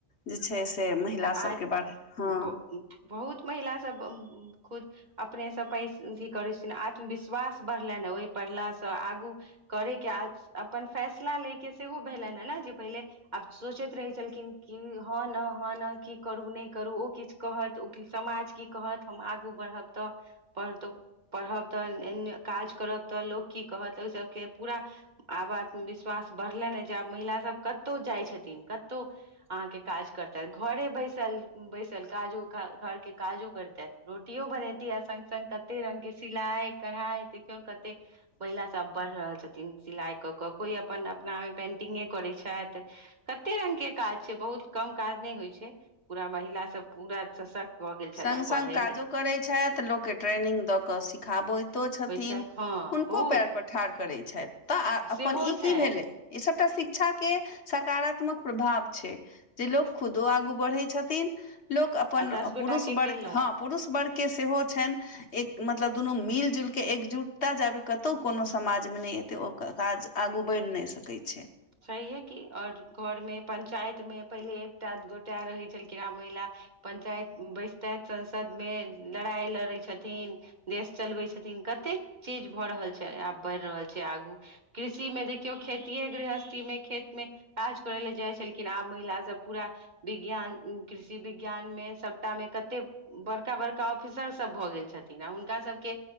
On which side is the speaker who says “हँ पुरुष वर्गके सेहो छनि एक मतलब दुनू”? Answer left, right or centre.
Left